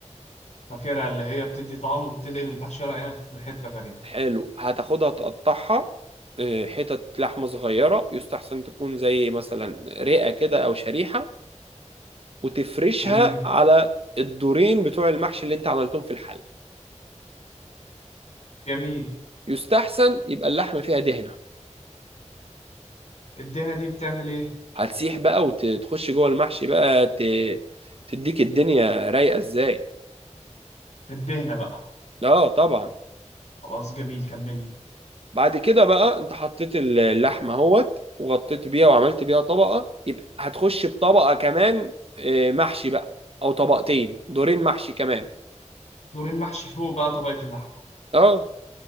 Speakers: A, on the left; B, on the right.
A: فاكرها اللي هي بتدي طعم وبتنقل المحشي ورق عنب في حتة تانية
B: حلو هتاخدها تقطعها اه، حتت لحمة صغيرة يستحسن تكون زي مثلا رئة كده أو شريحة وتفرشها
A: جميل
B: على الدورين بتوع المحشي اللي انت عملتهم في الحلة
A: جميل
B: يستحسن يبقى اللحمه فيها دهنه
A: الدهنة دي بتعمل ايه
B: هتسيح بقى وتخش جوه المحشي بقى ت... تديك الدنيا رايقه ازاي
A: في الدهنة بقى
B: اه طبعا
A: خلاص جميل كمل لي
B: بعد كده بقى انت حطيت اللحمه اهوت وغطيت بيها وعملت بيها طبقه يبقى هتخش بطبقه كمان آه، محشي بقى او طبقتين دورين محشي كمان
A: دورين محشي فوق بقى طبقة اللحمة
B: اه